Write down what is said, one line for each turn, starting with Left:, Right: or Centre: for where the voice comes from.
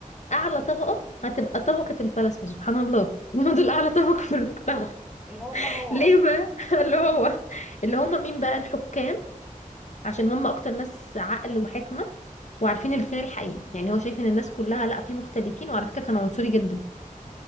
Left: اعلى طبقه هتبقى طبقه الفلاسفه سبحان الله <laughs> هم دول اعلى طبقه في المجتمع
Centre: اللي هم هو
Left: ليه
Centre: اصلا
Left: بقى <laughs> اللي هو اللي هم مين بقى الحكام عشان هم اكتر ناس عقل وحكمه وعارفين الخير الحقيقي يعني هو شايف ان الناس كلها لا في مختلفين وعلى فكره كان عنصري جدا